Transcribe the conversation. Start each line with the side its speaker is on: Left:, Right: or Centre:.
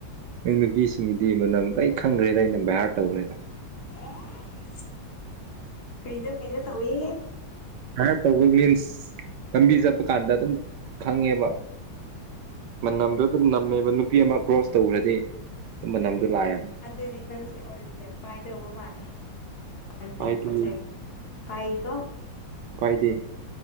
Right: ꯑꯩ ꯅꯨꯄꯤꯁꯤꯡꯒꯤꯗꯤ ꯃꯅꯝ ꯂꯣꯏ ꯈꯪꯈ꯭ꯔꯦꯗ ꯑꯩꯅ ꯚꯦꯍꯥꯔ ꯇꯧꯈ꯭ꯔꯦꯗ
Left: ꯑꯦ ꯀꯩꯅꯣ ꯀꯩꯅꯣ ꯇꯧꯋꯦ
Right: ꯈꯔ ꯇꯧꯕ ꯃꯤꯟꯁ ꯂꯝꯕꯤ ꯆꯠꯄ ꯀꯥꯟꯗ ꯑꯗꯨꯝ ꯈꯪꯉꯦꯕ ꯃꯅꯝꯗꯨꯣ ꯑꯗꯨꯝ ꯅꯝꯃꯦꯕ ꯅꯨꯄꯤ ꯑꯃ ꯀ꯭ꯔꯣꯁ ꯇꯧꯈ꯭ꯔꯗꯤ
Left: ꯑꯗꯨꯗꯤ
Right: ꯃꯅꯝꯗꯣ
Left: ꯑꯗꯨꯗꯤ
Right: ꯂꯥꯛꯑꯦꯕ
Left: ꯑꯗꯨꯗꯤ ꯅꯪꯁꯦ ꯑꯣꯔꯦꯟ ꯐ꯭ꯂꯦꯝ ꯄꯥꯏꯗꯧꯕ ꯃꯥꯜꯂꯦ ꯍꯣꯜꯁꯦꯟꯒꯤ
Right: ꯄꯥꯏꯗꯦ
Left: ꯄꯣꯠꯆꯩ ꯄꯥꯏꯀꯣ
Right: ꯄꯥꯏꯗꯤ